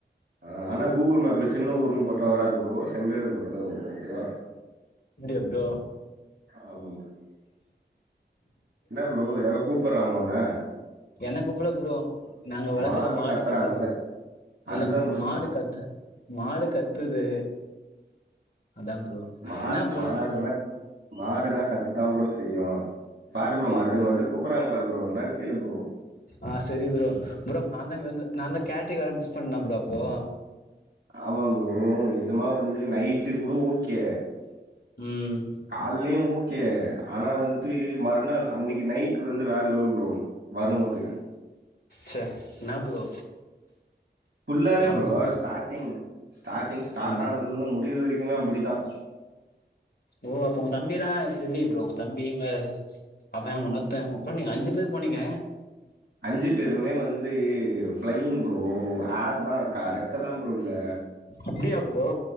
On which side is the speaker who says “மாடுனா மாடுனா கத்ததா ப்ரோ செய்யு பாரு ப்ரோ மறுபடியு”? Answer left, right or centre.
Right